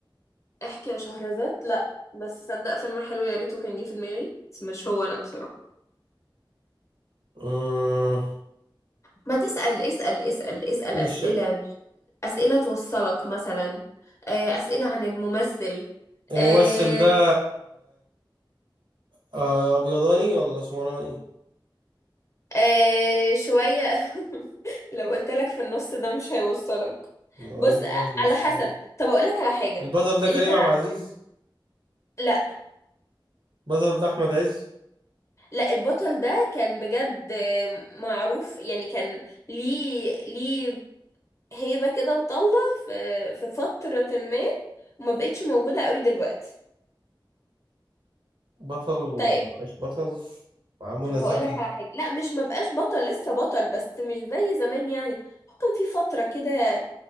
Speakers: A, on the left (about 35°); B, on the right (about 70°).
A: احكي يا شهرزاد لا بس صدق فيلم حلو يا ريته كان جه في دماغي بس مش هو لا بصراحة
B: مم،
A: ما تسأل اسأل اسأل اسأل
B: مش
A: أسئلة أسئلة توصلك مثلا آه، أسئلة عن الممثل
B: الممثل
A: آه،
B: ده آه، ابيضاني ولا اسمراني
A: آه، شوية <laughs> لو قلت لك في النص ده مش هيوصلك
B: ما ملوش
A: بص آه،
B: لازمه
A: على
B: الصراحة.
A: حسب طب أقول لك على حاجة
B: البطل ده كريم
A: انت
B: عبد العزيز
A: لا
B: بطل ده احمد عز
A: لا البطل ده كان بجد آه، معروف يعني كان ليه ليه هيبة كده وطلة في في فترة ما وما بقتش موجودة قوي دلوقتي
B: بطل
A: طيب
B: مش بطل مع منى
A: طب هقول
B: زكي
A: لك على حاجة لا مش مبقاش بطل لسه بطل بس مش زي زمان يعني هو كان في فترة كده